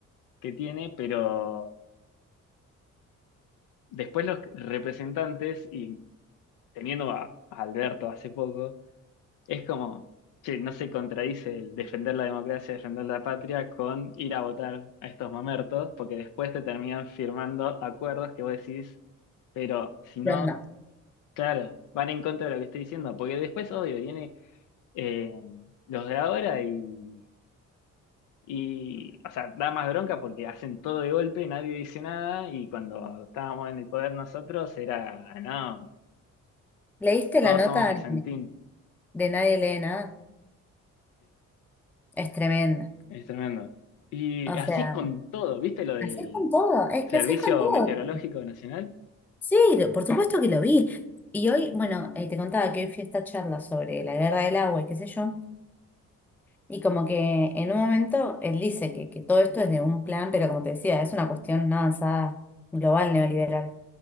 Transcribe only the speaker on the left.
que tiene, pero después los representantes, y teniendo a a Alberto hace poco, Es como, che, no se contradice el defender la democracia, defender la patria con ir a votar a estos mamertos, porque después te terminan firmando acuerdos que vos decís, pero si no,
claro, van en contra de lo que estoy diciendo, porque después, obvio, viene eh, los de ahora y, y, o sea, da más bronca porque hacen todo de golpe, nadie dice nada, y cuando estábamos en el poder nosotros era, no,
todos
somos Vicentín.
Es tremendo. Y
así
es con todo, ¿viste lo del
Servicio
Meteorológico Nacional?